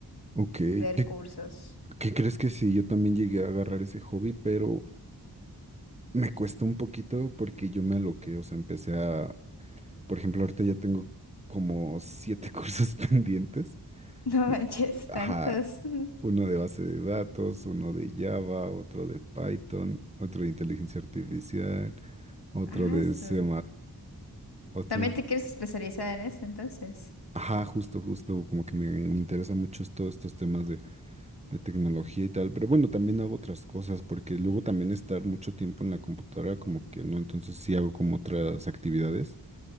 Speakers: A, on the right; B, on the left.
A: Ok,
B: ver
A: ¿qué,
B: cursos. <laughs>
A: qué crees que sí? Yo también llegué a agarrar ese hobby, pero me cuesta un poquito porque yo me aloqué, o sea, empecé a... Por ejemplo, ahorita ya tengo como siete <laughs> cursos pendientes.
B: No
A: ¿no?
B: manches, tantos.
A: Ajá,
B: <laughs>
A: uno de base de datos, uno de Java, otro de Python, otro de inteligencia artificial. Otro
B: Ah,
A: de
B: su-
A: C++, otro...
B: ¿También te quieres especializar en eso entonces?
A: Ajá, justo, justo, como que me, me interesan mucho es todos estos temas de, de tecnología y tal, pero bueno, también hago otras cosas, porque luego también estar mucho tiempo en la computadora, como que no, entonces sí hago como otras actividades,